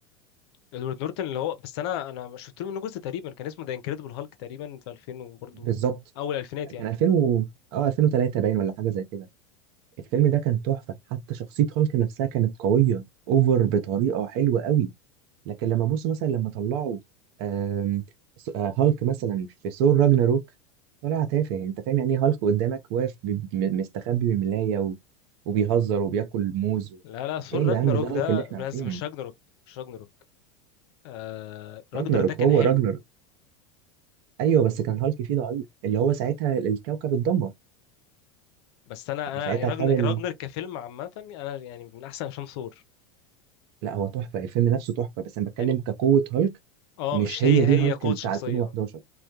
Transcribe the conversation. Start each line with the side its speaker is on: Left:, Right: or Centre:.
Left: ادوارد نورتن اللي هو بس انا انا شفت له منه جزء تقريبا كان اسمه ذا انكريدبل هالك تقريبا في 2000 وبرضه
Right: بالظبط
Left: اول الفينات يعني
Right: كان 2000 و... اه 2003 باين ولا حاجه زي كده الفيلم ده كان تحفه حتى شخصيه هالك نفسها كانت قويه اوفر بطريقه حلوه قوي لكن لما ابص مثلا لما طلعوا آم، س- آه، هالك مثلا في ثور راجناروك طلع تافه يعني انت فاهم يعني ايه هالك قدامك واقف بي- م- مستخبي بملاية و... وبيهزر وبياكل موز و...
Left: لا لا ثور
Right: ايه يا جدعان
Left: راجناروك
Right: مش ده هالك
Left: ده
Right: اللي احنا
Left: بس
Right: عارفينه
Left: مش راجناروك مش راجناروك آه راجنر
Right: راجناروك
Left: ده كان
Right: هو
Left: حلو
Right: راجناروك ايوه بس كان هالك فيه ضعيف اللي هو ساعتها الكوكب اتدمر
Left: بس انا
Right: وساعتها
Left: انا راجنر
Right: خد ال...
Left: راجنر كفيلم عامه انا يعني من احسن افلام ثور
Right: لا هو تحفة الفيلم نفسه تحفة بس انا بتكلم
Left: يعني
Right: كقوة هالك
Left: اه
Right: مش
Left: مش
Right: هي
Left: هي
Right: دي
Left: هي
Right: هالك
Left: قوة
Right: اللي
Left: شخصية
Right: بتاع 2011
Left: آه.